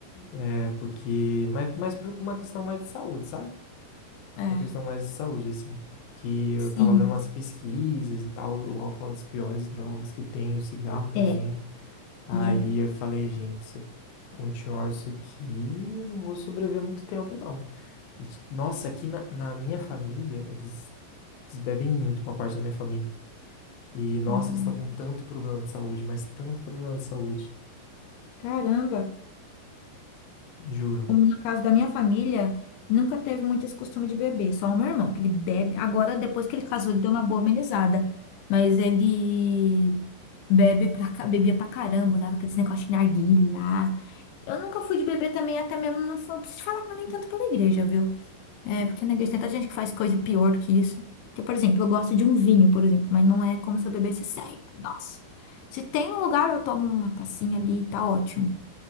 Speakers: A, on the left; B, on the left.
A: É porque. Mas, mas por uma questão mais de saúde, sabe?
B: É,
A: Uma questão mais de saúde, assim. Que eu
B: sim,
A: tava vendo umas pesquisas e tal. O álcool é uma das piores drogas que tem, o cigarro também.
B: é,
A: Aí
B: e é.
A: eu falei, gente, se eu continuar isso aqui, eu não vou sobreviver muito tempo, não. E, ti- nossa, aqui na, na minha família, eles, eles bebem muito, uma parte da minha família. E, nossa,
B: Hum,
A: eles estão com tanto problema de saúde, mas tanto problema de saúde.
B: Caramba.
A: Juro.
B: Como no caso da minha família, nunca teve muito esse costume de beber, só o meu irmão, que ele bebe. Agora, depois que ele casou, ele deu uma boa amenizada, mas ele bebe pra, ca- bebia pra caramba, dava aqueles negócios de narguile lá. Eu nunca fui de beber também, até mesmo, não fui- preciso te falar que não é nem tanto pela igreja, viu? É, porque na igreja tem tanta gente que faz coisa pior do que isso. Porque, por exemplo, eu gosto de um vinho, por exemplo, mas não é como se eu bebesse sempre, nossa. Se tem um lugar, eu tomo uma tacinha ali, tá ótimo.